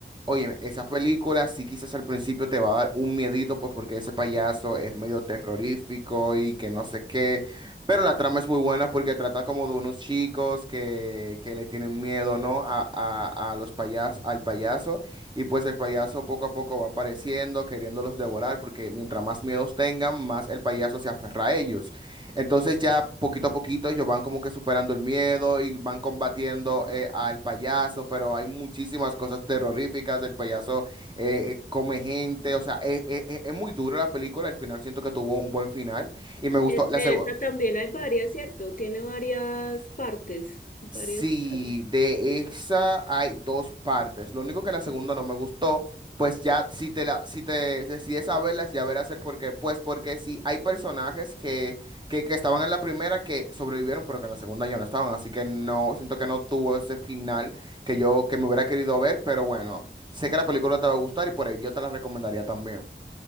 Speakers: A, on the right; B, on the left.
A: Oye, esa película sí quizás al principio te va a dar un miedito, pues porque ese payaso es medio terrorífico y que no sé qué, pero la trama es muy buena porque trata como de unos chicos que, que le tienen miedo, ¿no? A, a, a los payas, al payaso y pues el payaso poco a poco va apareciendo, queriéndolos devorar porque mientras más miedos tengan, más el payaso se aferra a ellos. Entonces ya poquito a poquito ellos van como que superando el miedo y van combatiendo eh, al payaso, pero hay muchísimas cosas terroríficas, el payaso eh, eh, come gente, o sea, eh, eh, eh, es muy dura la película, al final siento que tuvo un buen final y me gustó.
B: Eh, De
A: La, seg-
B: esa también hay varias, ¿cierto? Tiene varias partes, varias.
A: Sí,
B: sagas.
A: de esa hay dos partes. Lo único que la segunda no me gustó, pues ya si te la, si te decides a verlas, ya verás el por qué. Pues porque sí, hay personajes que, que, que estaban en la primera que sobrevivieron, pero que en la segunda ya no estaban. Así que no, siento que no tuvo ese final que yo, que me hubiera querido ver, pero bueno, sé que la película te va a gustar y por ahí yo te la recomendaría también.